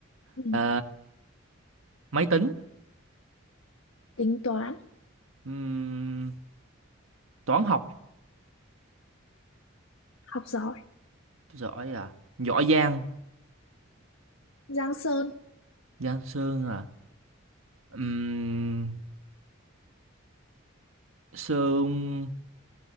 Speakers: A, on the left (about 80°); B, on the right (about 85°).
A: ừ.
B: Ờ, máy tính
A: tính toán
B: Ừm, toán học
A: học giỏi
B: giỏi à giỏi Giang
A: Giang Sơn
B: Giang Sơn à Ừm, Sơn